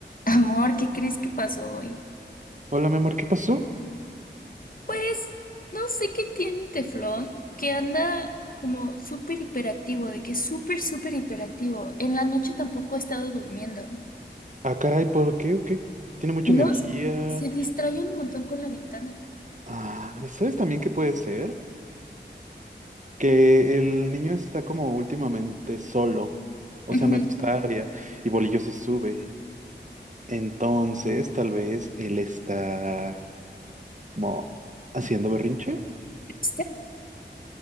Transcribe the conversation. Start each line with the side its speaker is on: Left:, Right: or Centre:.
Left: Amor, ¿qué crees que pasó hoy?
Right: Hola, mi amor, ¿qué pasó?
Left: Pues no sé qué tiene Teflón, que anda como súper hiperactivo, de que es súper, súper hiperactivo. En la noche tampoco ha estado durmiendo.
Right: Ah, caray, ¿por qué? ¿O qué? Tiene mucha
Left: No,
Right: energía.
Left: s- se distrae un montón con la ventana.
Right: Ah, ¿sabes también qué puede ser? Que el niño está como últimamente solo. O
Left: Ujú.
Right: sea, no está área. Y Bolillo se sube. Entonces, tal vez él está como haciendo berrinche.
Left: ¿Este